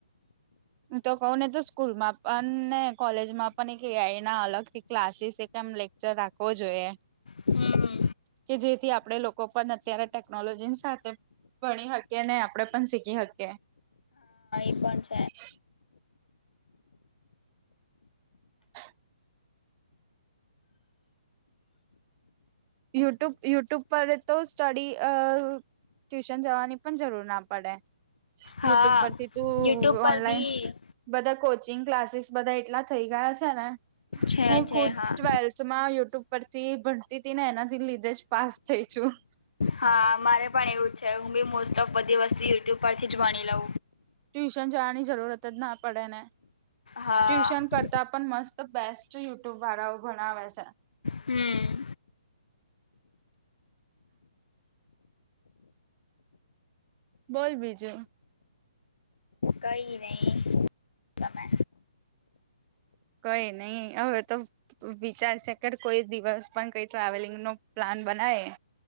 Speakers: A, on the right; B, on the left.
A: હું તો કઉ ને તો સ્કૂલમાં પણ ને કોલેજમાં પણ એક એઆઈ ના અલગ થી ક્લાસીસ એમ લેક ચર રાખવો જોઈએ.
B: હમ
A: કે જેથી આપણે લોકો પણ અત્યારે ટેકનોલોજીની સાથે ભણી શકીએ ને આપડે પણ શીખી શકીએ.
B: <unintelligible>
A: <inaudible> <inaudible> યુટ્યુબ યુટ્યુબ પર તો સ્ટડી અ ટ્યુશન જવાની પણ જરૂર ના પડે
B: હા
A: યુટ્યુબ પરથી તું
B: યુટ્યુબ પર
A: ઓનલાઈન
B: બી
A: બધા કોચિંગ ક્લાસીસ બધા એટલા થઈ ગયા છે ને
B: છે
A: હું
B: છે
A: ખુદ
B: હા
A: ટવેલ્થ થમાં યુટ્યુબ પરથી ભણતી હતી ને એનાથી લીધે જ પાસ થઈ છું.
B: હા મારે પણ એવું છે હું બી મોસ્ટ ઓફ બધી વસ્તુ યુટ્યુબ પરથી જ ભણી લઉ.
A: ટ્યુશન જવાની જરૂરત જ ના પડે ને ટ્યુશન
B: હા
A: કર તો પણ મસ્ત બેસ્ટ યુટ્યુબ વાળાઓ ભણાવે છે.
B: હમ.
A: બોલ બીજું.
B: કઈ નહી તમે
A: કઈ નહી હવે તો વિચાર છે કે કોઈ દિવસ પણ કઈ ટ્રાવેલિંગ નો પ્લાન બનાય